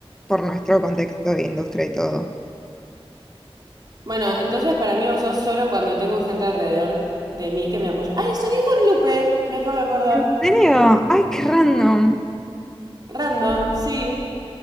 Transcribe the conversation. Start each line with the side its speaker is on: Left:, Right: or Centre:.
Centre: por nuestro contexto de industria y todo.
Right: Bueno, entonces para mí vos sos solo cuando tengo gente alrededor de mí que me apoya. Ay, soñé con Lupe, me acabo de acordar.
Centre: ¿En serio? Ay, qué random.
Right: Random, sí.